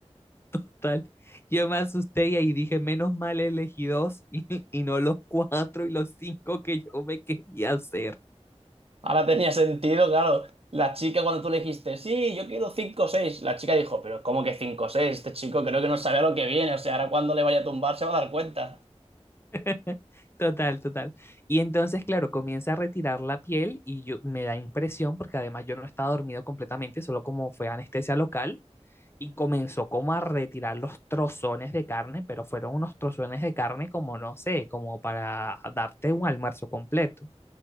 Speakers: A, on the left; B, on the right.
A: Total. Yo me asusté y ahí dije, menos mal elegí dos <laughs> y, y no los cuatro y los cinco que yo me quería hacer.
B: Ahora tenía sentido, claro. La chica cuando tú le dijiste, sí, yo quiero 5 o 6, la chica dijo, pero ¿cómo que 5 o 6? Este chico creo que no sabe a lo que viene, o sea, ahora cuando le vaya a tumbar se va a dar cuenta.
A: <laughs> Total, total. Y entonces, claro, comienza a retirar la piel y yo me da impresión porque además yo no estaba dormido completamente, solo como fue anestesia local y comenzó como a retirar los trozones de carne, pero fueron unos trozones de carne como no sé, como para darte un almuerzo completo.